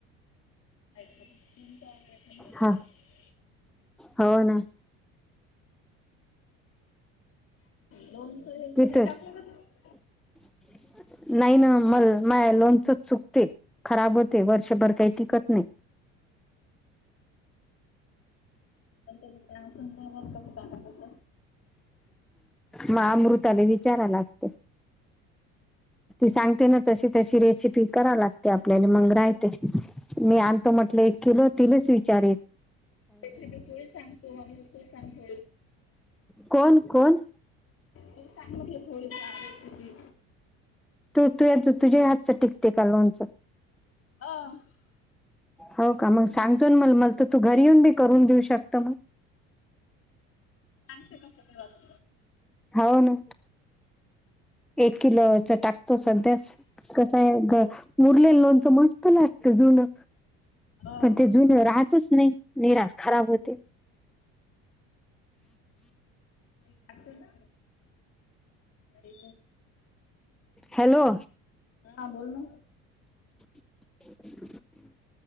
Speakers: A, on the left; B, in the centre.
A: <unintelligible>
B: हा हो ना.
A: लोनच बिनच
B: तिथं
A: नाही टाकलं का तुम्ही.
B: <inaudible> नाही ना म माय लोनचच चुकते खराब होते वर्षभर काही टिकत नाही.
A: पण तुन मस्त होत
B: म अमृताला विचाराय लागते. ती सांगते ना तशी तशी रेसिपी करा लागते आपल्याला मग राहते मी आणतो म्हटलं एक किलो तिलाच विचारल
A: त्या मी थोडी सांगतो आणि तू सांग
B: कोण कोण
A: ो सांग थोडी का रेिी
B: तू तू तुझ्या हातच टिकते का लोणच
A: ह
B: हो का मग सांगचो म मला तर तू घरी येऊन बी करून देऊ शकत मग
A: थँ का धन्यवाद
B: हव ना एक किलोच टाकतो सध्याच कसंय मूरलेलं लोणच मस्त लागत जुनं
A: हो आई
B: पण ते जुन राहतच नाही निराश खराब होते
A: माहितीय तुला अरी
B: हॅलो
A: हा बोल ना
B: <inaudible>